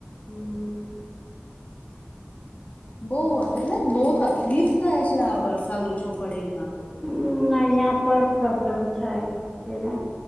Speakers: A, in the centre; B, on the left.
A: હમ
B: બહ એટલે બહ તકલીફ થાય છે આ વરસાદ ઓછો પડે એમાં તો
A: હ પર ઉપલબ્ધ થ કેને